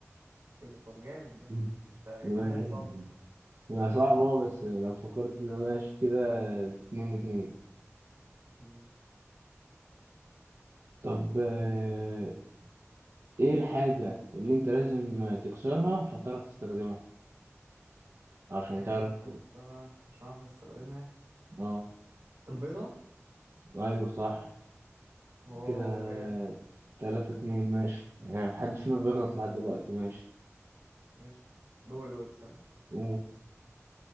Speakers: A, on the right; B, on the right.
A: إيه ده طب جامد ده
B: مم.
A: أنت جبتها
B: ماشي
A: زي دي صعب جدا.
B: ما صعب أه بس لو فكرت فيها ماشي كده اتنين اتنين
A: مم.
B: طب آه، إيه الحاجة اللي أنت لازم تكسرها عشان تعرف تستخدمها عشان
A: حاجة
B: تعرف
A: لازم أكسرها عشان أعرف أستخدمها
B: أه
A: البيضة
B: أيوه صح
A: واو
B: كده
A: جامد
B: تلاتة اتنين ماشي يعني محدش فينا بيغلط لحد دلوقتي ماشي
A: قشطة دوري دوري استنى
B: قول.